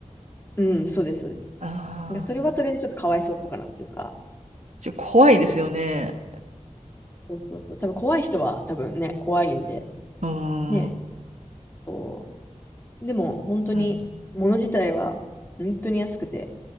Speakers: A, on the left; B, on the right.
A: うん、そうです、そうです。
B: あ
A: なんかそれはそれでちょっとかわいそうかなっていうか、
B: あ、ちょ、怖いですよね。
A: そうそうそう、多分怖い人は多分ね、怖いんで、
B: うー
A: ね、
B: ん。
A: そう。でも本当に、
B: うん
A: 物自体は本当に安くて、